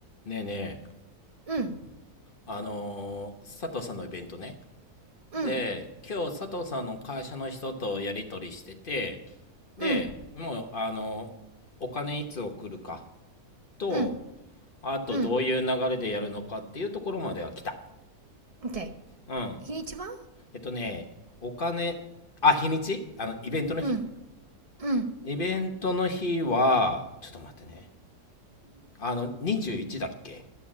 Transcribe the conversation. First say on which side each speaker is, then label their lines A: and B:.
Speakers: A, on the left (about 40°); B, on the right (about 30°).
A: ねえねえ
B: うん、
A: あのー佐藤さんのイベントね
B: うん、
A: で今日佐藤さんの会社の人とやり取りしててでもうあのーお金いつ送るか
B: うん、
A: と
B: うん、
A: あとどういう流れでやるのかっていうところまでは来た
B: うん。OK。
A: うん
B: 日にちは
A: えっとねお金あ日にちあのイベントの日
B: うん、うん。
A: イベントの日はちょっと待ってねあの21だっけ